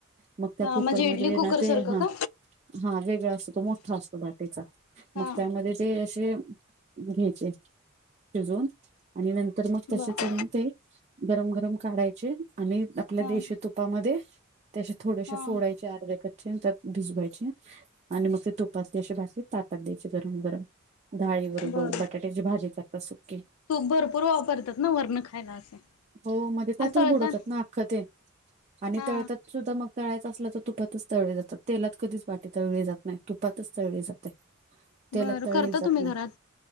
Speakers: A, on the right; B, on the left.
A: मग त्या
B: हा
A: कुकरमध्ये
B: म्हणजे इडली कुकर
A: ना ते
B: सारखं
A: हा
B: का
A: हा वेगळा असतो तो मोठा असतो बाटीचा. मग
B: हा
A: त्यामध्ये ते असे घ्यायचे शिजवून. आणि नंतर मग तशे
B: बर
A: आणि ते गरम गरम काढायचे आणि आपल्या
B: हा
A: देशी तुपामध्ये ते अशे थोडेसे
B: हा
A: फोडायचे अर्धे कच्चे आणि त्यात भिजवायचे. आणि मग ते तुपात ते अशी बाटी ताटात द्यायचे गरम गरम. डाळी बरोबर
B: बर
A: बटाट्याची भाजी करतात सुक्की
B: तूप भरपूर वापरतात ना वरन खायला असं?
A: हो म्हणजे त्यातच
B: आणि तळतान
A: बुडवतात ना अख्खं ते आणि
B: हा
A: तळतात सुद्धा मग तळायचं असलं तर तुपातच तळले जातात. तेलात कधीच बाटी तळली जात नाही तुपातच तळले जा ते तेलात
B: बरं
A: तळली
B: करता
A: जात
B: तुम्ही
A: नाही,
B: घरात